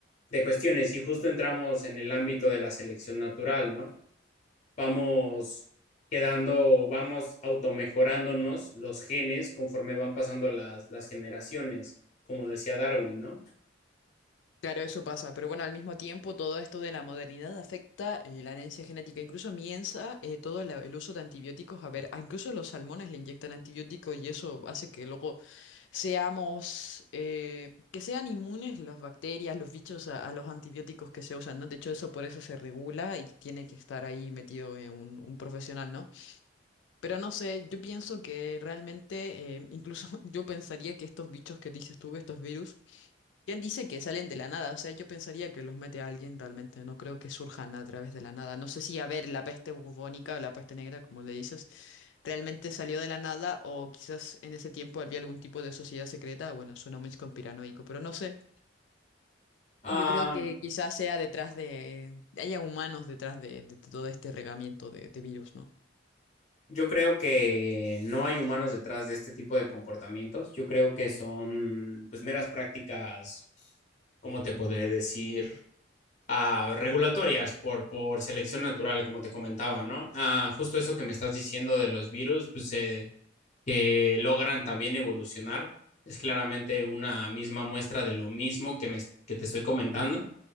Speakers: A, on the left; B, on the left.
A: de cuestiones. Y justo entramos en el ámbito de la selección natural, ¿no? vamos quedando, vamos automejorándonos los genes conforme van pasando las, las generaciones, como decía Darwin, ¿no?
B: Claro, eso pasa, pero bueno, al mismo tiempo todo esto de la modernidad afecta eh, la herencia genética. Incluso miensa eh, todo la- el uso de antibióticos. A ver, a incluso los salmones le inyectan antibióticos y eso hace que luego seamos, eh, que sean inmunes las bacterias, los bichos a, a los antibióticos que se usan, ¿no? De hecho, eso por eso se regula y tiene que estar ahí metido eh, un un profesional, ¿no? Pero no sé, yo pienso que realmente, eh, incluso <laughs> yo pensaría que estos bichos que dices tú, estos virus, ¿quién dice que salen de la nada? O sea, yo pensaría que los mete a alguien realmente, no creo que surjan a través de la nada. No sé si, a ver, la peste bubónica o la peste negra, como le dices, realmente salió de la nada o quizás en ese tiempo había algún tipo de sociedad secreta. Bueno, suena muy conspiranoico, pero no sé.
A: Ah,
B: Yo creo que quizás sea detrás de, haya humanos detrás de, de todo este regamiento de, de virus, ¿no?
A: yo creo que no hay humanos detrás de este tipo de comportamientos. Yo creo que son pues meras prácticas, ¿cómo te podré decir? Ah, regulatorias por, por selección natural, como te comentaba, ¿no? Ah, justo eso que me estás diciendo de los virus, pues eh, que logran también evolucionar. Es claramente una misma muestra de lo mismo que, me, que te estoy comentando,